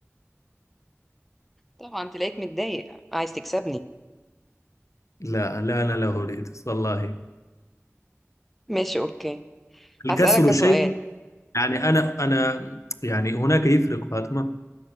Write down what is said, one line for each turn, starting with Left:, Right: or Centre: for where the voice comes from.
Centre: طبعا تلاقيك متضايق عايز تكسبني
Left: لا لا أنا لا أريد والله
Centre: ماشي اوكي
Left: الكسر
Centre: هسألك
Left: شيء
Centre: سؤال
Left: يعني أنا أنا يعني هناك يفرق فاطمة